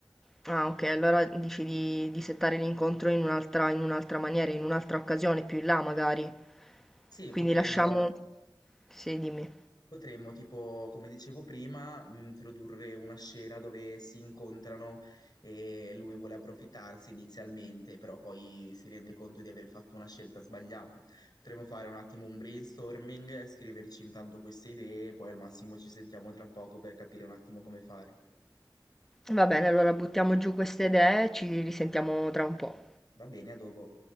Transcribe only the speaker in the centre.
Ah, ok, allora dici di, di settare l'incontro in un'altra in un'altra maniera, in un'altra occasione, più in là magari.
Quindi
lasciamo... Sì, dimmi.
Va bene, allora buttiamo giù queste idee e ci risentiamo tra un po'.